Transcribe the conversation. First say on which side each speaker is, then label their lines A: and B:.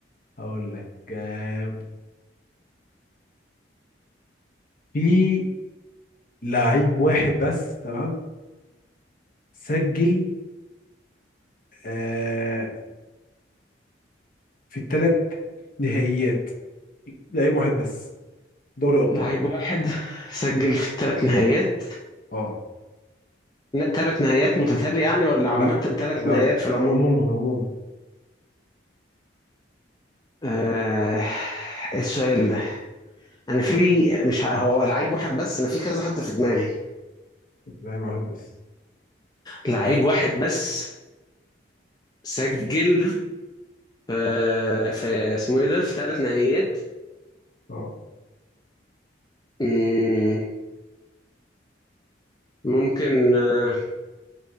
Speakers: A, on the left; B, on the left.
A: هقول لك آه، في لعيب واحد بس تمام سجل آه في الثلاث نهائيات لعيب واحد بس دوري ابطال
B: لعيب واحد سجل في الثلاث نهائيات
A: اه
B: ثلاث نهائيات متتاليه يعني ولا عامه
A: لا
B: ثلاث
A: لا
B: نهائيات
A: لا
B: في العموم
A: عموما عموما
B: آه السؤال ده انا في مش ه- هو لعيب واحد بس انا في كذا حد في دماغي
A: لعيب واحد بس
B: لعيب واحد بس سجل في في اسمه ايه ده في ثلاث نهائيات
A: اه
B: مم، ممكن آه